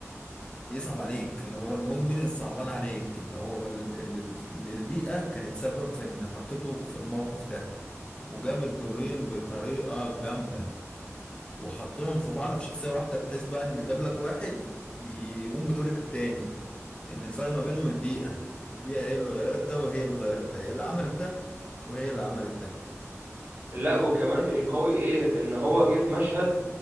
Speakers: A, on the left; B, on the right.
A: يصعب عليك اللي هو المدمن الصعبان عليك اللي هو ال- اللي اللي البيئة كانت سبب في ان حطيته في الموقف ده وجاب الدورين بطريقة جامدة وحطهم في بعض في شخصية واحدة بحيث بقى ان جاب لك واحد يقوم بدور التاني ان الفرق ما بينهم البيئة البيئة هي اللي غيرت ده وهي اللي غيرت ده هي اللي عملت ده وهي اللي عملت ده
B: لا وكمان القوي ايه ان هو جه في مشهد